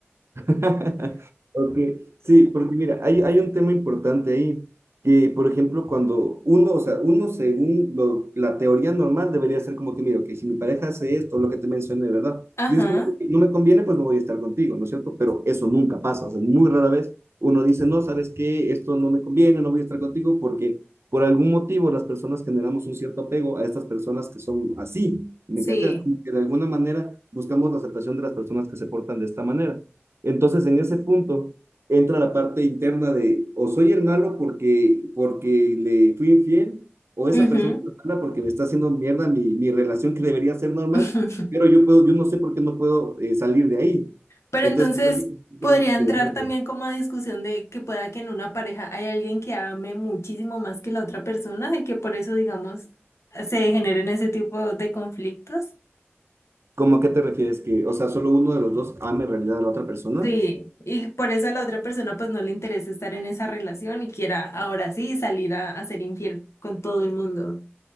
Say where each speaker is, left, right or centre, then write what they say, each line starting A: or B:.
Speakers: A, on the right; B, on the left.
A: <laughs> Ok, sí, porque mira, hay, hay un tema importante ahí, que por ejemplo, cuando uno, o sea, uno según lo- la teoría normal debería ser como que, mira, que si mi pareja hace esto, lo que te mencioné, de ¿verdad?
B: Ajá,
A: Dices como que ok, no me conviene, pues no voy a estar contigo, ¿no es cierto? Pero eso nunca pasa, o sea, muy rara vez uno dice, no, ¿sabes qué? Esto no me conviene, no voy a estar contigo, porque por algún motivo las personas generamos un cierto apego a estas personas que son así, ¿me
B: sí.
A: cachas? Como que de alguna manera buscamos la aceptación de las personas que se portan de esta manera. Entonces, en ese punto entra la parte interna de o soy el malo porque, porque le fui infiel, o esa
B: Ujú.
A: persona es mala porque me está haciendo mierda mi, mi relación que debería ser normal,
B: <laughs>
A: pero yo puedo, yo no sé por qué no puedo eh, salir de ahí.
B: Pero
A: Entonces,
B: entonces
A: es algo
B: podría
A: que es muy interesante.
B: entrar también como a discusión de que pueda que en una pareja hay alguien que ame muchísimo más que la otra persona y que por eso, digamos, se generen ese tipo de conflictos.
A: ¿Cómo a qué te refieres? Que, o sea, solo uno de los dos ama en realidad a la otra persona.
B: Sí, y por eso a la otra persona pues no le interesa estar en esa relación y quiera ahora sí salir a, a ser infiel con todo el mundo.